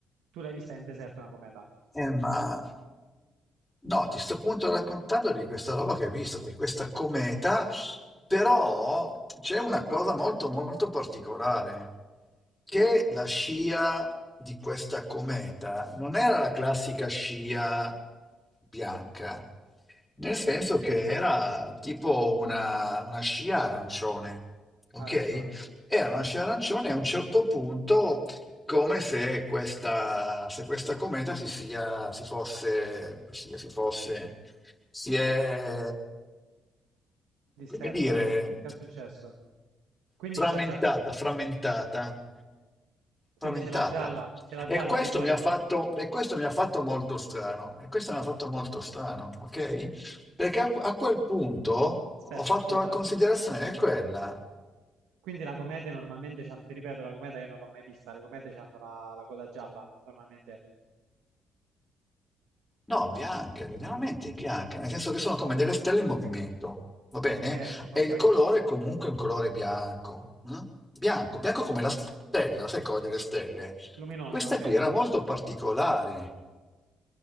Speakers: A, on the right; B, in the centre.
A: tu l'hai vista in deserto una cometa?
B: eh, ma No, ti sto appunto raccontando di questa roba che hai visto, di questa cometa, però c'è una cosa molto molto particolare, che la scia di questa cometa non era la classica scia bianca, nel senso che era tipo una, una scia arancione, ok?
A: Arancione,
B: Era una scia arancione e a un certo punto come se questa, se questa cometa si sia, si fosse, si si fosse, si è,
A: dispersa,
B: come dire,
A: che è successo? Quindi
B: frammentata,
A: ce l'ha già,
B: frammentata,
A: quindi
B: frammentata.
A: ce l'ha gialla, ce l'ha
B: E
A: gialla
B: questo
A: di solito.
B: mi ha fatto, e questo mi ha fatto molto strano, e questo mi ha fatto molto strano, ok? Perché a, a quel punto ho
A: Aspetta,
B: fatto
A: scusa,
B: la considerazione
A: eh.
B: che quella.
A: Quindi la comete normalmente c'ha, ti ripeto, la cometa io non l'ho mai vista, le comete hanno la, la coda gialla, normalmente.
B: No, bianche, generalmente bianca, nel senso che sono come delle stelle in movimento, va bene?
A: Ok, ok.
B: E il colore è comunque un colore bianco, mm? Bianco, bianco come la stella, sai cosa delle stelle?
A: Luminosa,
B: Questa
A: ok.
B: qui era molto particolare